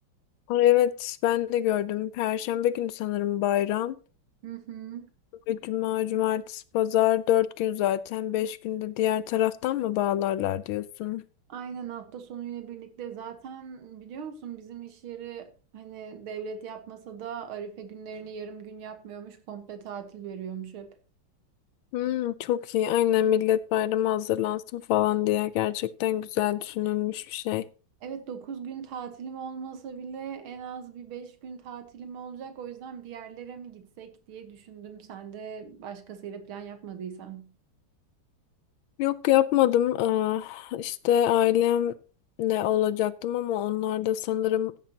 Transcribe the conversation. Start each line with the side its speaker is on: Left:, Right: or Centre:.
Left: Ay Evet ben de gördüm. Perşembe günü sanırım bayram.
Right: Hı hı.
Left: Ve cuma, cumartesi, pazar dört gün zaten. Beş günde diğer taraftan mı bağlarlar diyorsun?
Right: Aynen hafta sonuyla birlikte zaten biliyor musun bizim iş yeri hani devlet yapmasa da Arife günlerini yarım gün yapmıyormuş komple tatil veriyormuş hep.
Left: Hmm, çok iyi. Aynen millet bayrama hazırlansın falan diye gerçekten güzel düşünülmüş bir şey.
Right: Evet 9 gün tatilim olmasa bile en az bir 5 gün tatilim olacak. O yüzden bir yerlere mi gitsek diye düşündüm. Sen de başkasıyla plan yapmadıysan.
Left: Yok yapmadım. Aa, işte ailemle olacaktım ama onlar da sanırım